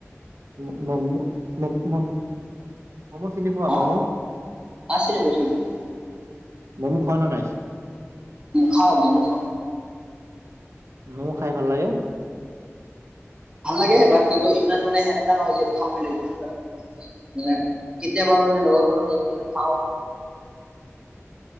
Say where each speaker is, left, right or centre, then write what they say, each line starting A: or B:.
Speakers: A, on the right; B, on the right.
A: <unintelligible> ম'ম' চিনি পোৱা
B: হা
A: ম'ম'
B: আছিল বস্তু
A: ম'ম'। খোৱা না নাই?
B: ম, খা ম-ম খাওঁ।
A: মম খাই ভাল লাগে।
B: ভাল লাগে বাট কিন্তু ইমান মানে সেনেকা নহয় যে এইটো খাবৈ লাগিব <unintelligible> মানে। কেতিয়াবা‌‌ মানে লগৰবোৰৰ লগত গলে খাওঁ।